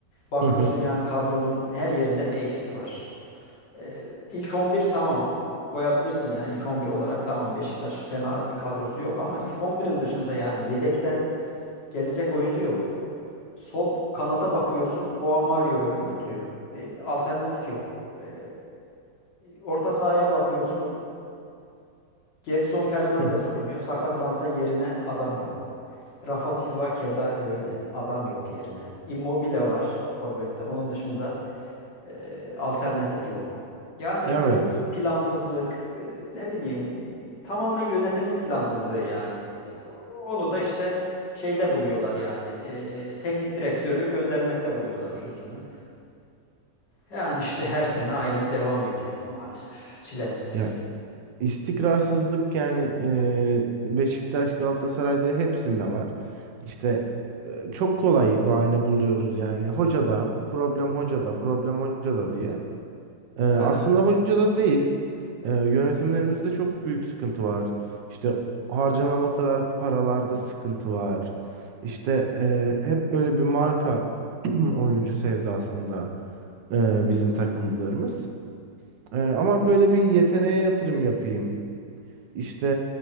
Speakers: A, on the left; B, on the right.
A: Bakıyorsun
B: hı hı,
A: yani kadronun her yerinde bir eksik var. Ee, ilk 11 tamam koyabilirsin yani ilk 11 olarak tamam Beşiktaş fena bir kadrosu yok ama ilk on birin dışında yani yedekten gelecek oyuncu yok. Sol kanata bakıyorsun Joao Mario'yu oynatıyor. Ee, alternatif yok. Ee, orta sahaya bakıyorsun Gedson Fernandes
B: hı hı.
A: oynuyor. Sakatlansa yerine adam yok. Rafa Silva keza öyle. Adam yok yerine. Immobile var forvette. Onun dışında Eee, alternatif yok. Yani
B: Evet.
A: böyle plansızlık, eee, ne bileyim, tamamen yönetimin plansızlığı yani. Eee, Onu da işte şeyde buluyorlar yani. eee, teknik direktörü göndermekte buluyorlar çözümü. Yani işte her sene aynı devam ediyor maalesef çilemiz.
B: Ya İstikrarsızlık yani e, Beşiktaş, Galatasaray'da hepsinde var. İşte e, çok kolay bahane buluyoruz yani. Hoca da problem hoca da problem hoca da diye. E, aslında
A: Evet, evet.
B: hoca da değil. E, yönetimlerimizde çok büyük sıkıntı var. İşte harcanan o kadar paralarda sıkıntı var. İşte e, hep böyle bir marka <clears throat> oyuncu sevdasında e, bizim takımlarımız. E, ama böyle bir yeteneğe yatırım yapayım. İşte